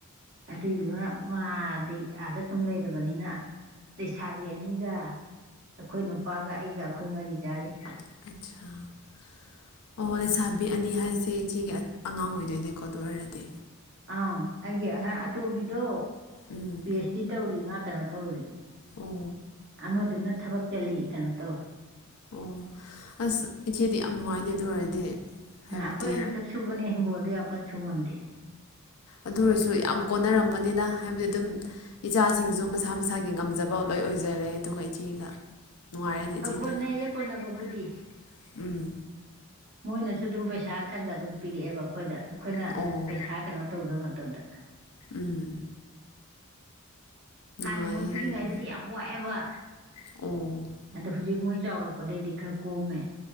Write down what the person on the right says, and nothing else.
ꯑꯗꯨꯏꯗꯨꯅ ꯃꯥꯗꯤ ꯑꯥꯗ ꯁꯨꯝ ꯂꯩꯔꯕꯅꯤꯅ ꯂꯩꯁꯥꯕꯤ ꯑꯅꯤꯒ ꯑꯩꯈꯣꯏ ꯅꯨꯄꯥꯒ ꯑꯩꯒ ꯑꯩꯈꯣꯏ ꯃꯔꯤ ꯆꯥꯔꯤ
ꯑꯥ ꯑꯩꯒꯤ ꯑꯉꯥꯡ ꯑꯇꯣꯝꯕꯤꯗꯣ
ꯑꯦꯁꯇꯤ ꯇꯧꯔꯤ ꯃꯥ ꯀꯩꯅꯣ ꯇꯧꯔꯤ
ꯑꯃꯗꯨꯅ ꯊꯕꯛ ꯆꯠꯂꯤ ꯀꯩꯅꯣ ꯇꯧꯔꯣ
ꯑꯥ ꯑꯈꯣꯏ ꯑꯅꯤꯈꯛ ꯁꯨꯕꯅꯦ ꯍꯤꯡꯒꯣꯜꯗꯣ ꯌꯥꯝ ꯀꯟꯅ ꯁꯨ ꯉꯝꯗꯦ
ꯀꯣꯟꯅꯩꯌꯦ ꯀꯣꯟꯅꯕꯕꯨꯗꯤ
ꯃꯣꯏꯅꯁꯨ ꯑꯗꯨꯝ ꯄꯩꯁꯥ ꯈ ꯒ ꯑꯗꯨꯝ ꯄꯤꯔꯛꯑꯦꯕ ꯑꯈꯣꯏꯗ ꯑꯈꯣꯏꯅ
ꯄꯩꯁꯥ ꯀꯩꯅꯣ ꯇꯧꯗꯕ ꯃꯇꯝꯗ
ꯍꯥꯟꯅ ꯃꯣꯏ ꯄꯤꯛꯏꯉꯩꯗꯗꯤ
ꯌꯥꯝ ꯋꯥꯏꯑꯦꯕ
ꯑꯗꯣ ꯍꯧꯖꯤꯛ ꯃꯣꯏ ꯆꯥꯎꯔꯛꯄꯗꯩꯗꯤ ꯈꯔ ꯀꯣꯝꯃꯦ